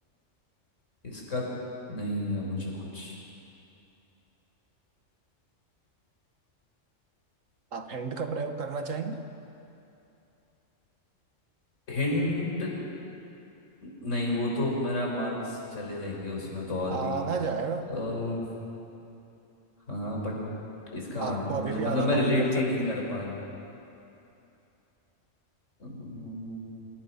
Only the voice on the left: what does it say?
इसका नहीं है मुझे कुछ
हिंट नहीं वो तो मेरा मार्क्स चले जाएंगे उसमें तो और
भी
अ, हाँ बट इसका
मुझे
मतलब
मैं
रिलेट
ही नहीं कर
पा रहा हूँ अम्म,